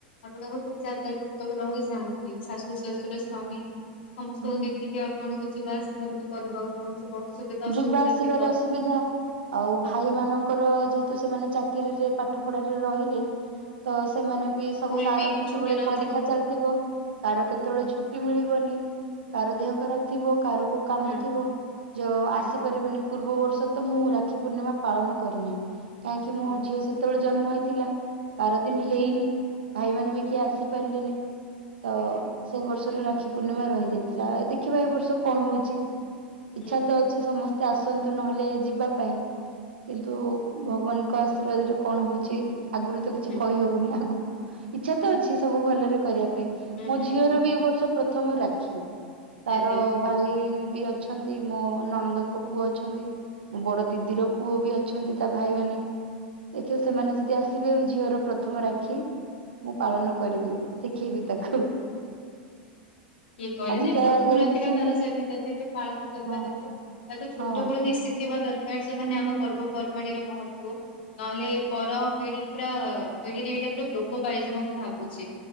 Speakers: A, on the left; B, on the right.
A: ଆପଣ ଗୋଟେ ଜାଗାରେ ଯେତେବେଳେ ରହିଯାଆନ୍ତି ଶାଶୁ, ଶଶୁର, ସ୍ଵାମୀ ସମସ୍ତଙ୍କୁ
B: ହୁଁ
A: ଦେଖିକି ଆପଣଙ୍କୁ ଯିବା ଆସିବାର ବି କରିବାକୁ ପଡୁଥିବ। ସୁବିଧା ଅସୁବିଧା
B: ଯିବା ଆସିବାରେ
A: ଥିବ।
B: ଅସୁବିଧା। ଆଉ,
A: ହୁଁ
B: ଭାଇ ମାନଙ୍କର ଯେହେତୁ ସେମାନେ ଚାକିରିରେ, ପାଠ ପଢାରେ ରହିଲେ। ତ ସେମାନେ ବି,
A: ସ୍କୁଲ
B: ସବୁ କାହାର
A: ବି
B: କେତେବେଳେ
A: ଛୁଟି ନଥିବ
B: ପରୀକ୍ଷା ଚାଲିଥିବ, କାହାର
A: ହୁଁ
B: କେତେବେଳେ ଛୁ ଟି ମିଳିବନି, କାର ଦେହ ଖରାପ ଥିବ, କାହାର କୋଉ କାମ
A: ହୁଁ
B: ଥିବ, ଯୋ ଆସିପାରିବେନି।
A: ଆଜ୍ଞା
B: ପୂର୍ବ ବର୍ଷ ତ, ମୁଁ ରାକ୍ଷୀ ପୂର୍ଣ୍ଣିମା ପାଳନ କରିନାହିଁ। କାହିଁକି ମୋ
A: ହଁ।
B: ଝିଅ ସେତେବେଳେ ଜନ୍ମ ହେଇଥିଲା। ବାର
A: ହୁଁ
B: ଦିନ ହେଇନି, ଭାଇ ମାନ ବି କିଏ ଆସିପାରିଲେନି। ତ
A: ଆଜ୍ଞା
B: ସେଇ ବର୍ଷର ରାକ୍ଷୀ ପୂର୍ଣ୍ଣିମା ରହି ଯାଇଥିଲା। ଦେଖିବା, ଏ ବର୍ଷ କଣ ହଉଚି?
A: ହୁଁ
B: ଇଛାତ
A: ହୁଁ
B: ଅଛି, ସମସ୍ତେ ଆସନ୍ତୁ ନହେଲେ ଯିବା ପାଇଁ। କିନ୍ତୁ, ଭଗବାନଙ୍କ ଆଶୀର୍ବାଦରୁ କଣ ହଉଚି ଆଗରୁ ତ କିଛି
A: ହୁଁ
B: କହିହବନି ଆଗକୁ, ଇଚ୍ଛା ତ ଅଛି ସବୁ ଭଲରେ କରିବା ପାଇଁ।
A: ହୁଁ
B: ମୋ
A: ହୁଁ
B: ଝିଅର
A: ହୁଁ
B: ବି ଏ ବର୍ଷ ପ୍ରଥମ ରାକ୍ଷୀ। ତାର
A: ଆଜ୍ଞା ଆଜ୍ଞା ହୁଁ
B: ଭାଇ ବି ଅଛନ୍ତି ମୋ ନଣନ୍ଦଙ୍କ ପୁଅ ଅଛନ୍ତି, ମୋ ବଡ ଦିଦିର ପୁଅ ବି ଅଛନ୍ତି ତା ଭାଇମାନେ। ଦେଖିବି ସେମାନେ ଯଦି ଆସିବେ ଝିଅର ପ୍ରଥମ ରାକ୍ଷୀ, ମୁଁ ପାଳନ କରିବି। ଶିଖେଇବି ତାକୁ।
A: କି କଇନି
B: ଆଜିକା
A: ପ୍ରଥମ
B: ଜେନେରେସନର
A: ରାକ୍ଷୀଟା ତାର ସେମିତି <unintelligible> ପାଳନ କରିବା
B: ହଁ
A: ଦରକାର, ତାକୁ ଛୋଟ
B: ହଁ
A: ବେଳୁବି ଶିଖେଇବା ଦ କାରଣ ସେମାନେ ଆମ ପର୍ବପର୍ବାଣୀର ମହତ୍ଵ ନହେଲେ ପର ପିଢି ପୁରା ପିଢିରେ ଏଇଟା ପୁରା ଲୋପ ପାଇଯିବ। ମୁଁ ଭାବୁଚି।